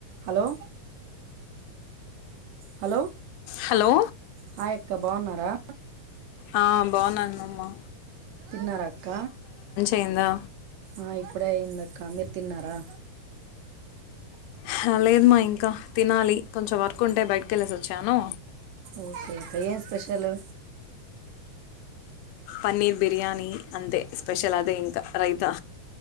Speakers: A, on the right; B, on the left.
A: Hello hello
B: hello
A: hi అక్క బాగున్నారా
B: ఆ బాగున్నాను నువ్ మా
A: తిన్నారా అక్క
B: అయిందా
A: ఆ ఇప్పుడే అయిందక్క మీరు తిన్నారా
B: హా లేదు మ ఇంకా తినాలి కొంచెం వర్క్ ఉంటే బయటికి వెళ్ళేసి వచ్చాను
A: ఓకే అక్క ఏం స్పెషలు
B: పన్నీర్ బిర్యానీ అంతే స్పెషల్ అదే ఇంకా రైతా